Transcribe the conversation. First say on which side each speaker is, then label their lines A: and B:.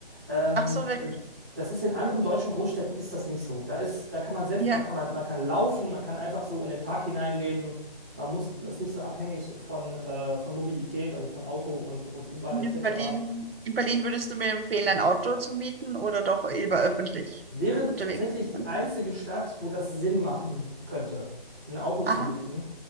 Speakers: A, on the right (about 15°); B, on the right (about 75°).
A: Ähm,
B: Ach so, wirklich.
A: äh, das ist in anderen deutschen Großstädten ist das nicht so. Da ist, da kann man sehr, viel-
B: Ja.
A: man kann, man, man kann laufen, man kann einfach so in den Tag hineinleben. Man muss, man ist nicht so abhängig von, äh, von Mobilität, also von Auto und, und U-Bahn
B: Und
A: etc.
B: in Berlin, in Berlin würdest du mir empfehlen, ein Auto zu mieten oder doch lieber öffentlich
A: Wäre
B: unterwegs
A: tatsächlich
B: zu
A: die
B: sein?
A: einzige Stadt, wo das Sinn machen könnte, ein Auto zu
B: Aha,
A: mieten.